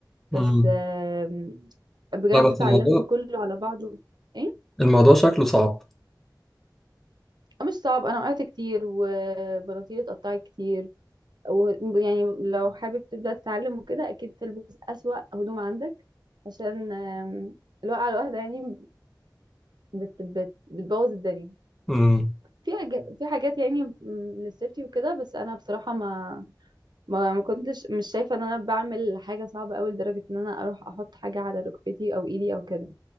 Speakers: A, in the centre; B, on the right.
A: امم
B: بس آم، بجد
A: لا بس
B: اتعلمت
A: الموضوع
B: كله على بعضه ايه
A: الموضوع شكله صعب
B: آه، مش صعب انا وقعت كتير وبناطيلي اتقطعت كتير ويعني لو حابب تبدأ تتعلم وكده اكيد تلبس اسوأ هدوم عندك عشان آم، الوقعة الواحدة يعني بت بت بتبوظ الدنيا
A: امم
B: في أج... في حاجات يعني م- للسيفتي وكده بس انا بصراحة ما ما ما كنتش مش شايفة ان انا بعمل حاجة صعبة قوي لدرجة ان انا اروح احط حاجة على ركبتي او ايدي او كده